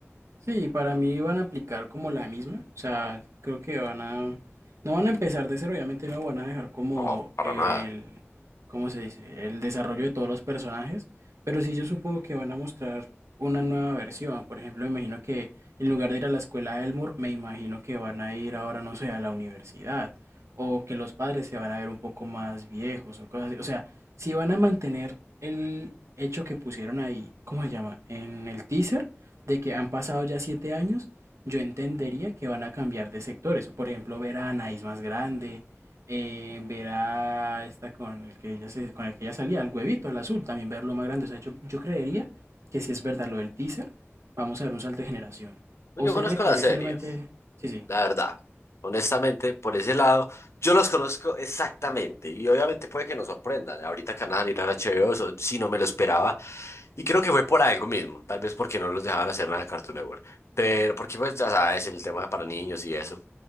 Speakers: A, on the right; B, on the left.
A: Sí, para mí van a aplicar como la misma, o sea, creo que van a, no van a empezar de cero, obviamente no van a dejar como
B: No, para
A: el,
B: nada.
A: ¿cómo se dice? El desarrollo de todos los personajes, pero sí yo supongo que van a mostrar una nueva versión, por ejemplo, me imagino que en lugar de ir a la escuela de Elmore, me imagino que van a ir ahora, no sé, a la universidad, o que los padres se van a ver un poco más viejos o cosas así, o sea, si van a mantener el hecho que pusieron ahí, ¿cómo se llama? En el teaser de que han pasado ya siete años, yo entendería que van a cambiar de sectores. Por ejemplo, ver a Anaís más grande, eh, ver a esta con el que ella se- con el que ella salía, al huevito, al azul, también verlo más grande. O sea, yo, yo creería que si es verdad lo del teaser, vamos a ver un salto de generación.
B: Pues
A: ¿O
B: Yo
A: usted
B: conozco
A: cree que
B: la serie.
A: es simplemente... Sí, sí.
B: la verdad. Honestamente, por ese lado, yo los conozco exactamente y obviamente puede que nos sorprendan. Ahorita que van a salir en HBO, eso sí no me lo esperaba y creo que fue por algo mismo, tal vez porque no los dejaban hacer nada de Cartoon Network, pero porque pues ya sabes, el tema para niños y eso.